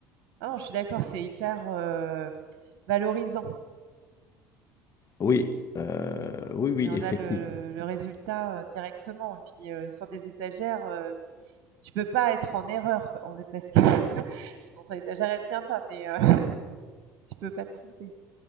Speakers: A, on the right; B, on the left.
A: Ah non, je suis d'accord, c'est hyper, heu, valorisant
B: Oui, euh, oui, oui,
A: et on
B: effectivement.
A: a le le résultat, heu, directement et puis, heu, sur des étagères, heu, tu peux pas être en erreur. On est parce que <laughs> sinon ton étagère, elle tient pas, mais, heu, <laughs> tu peux pas te tromper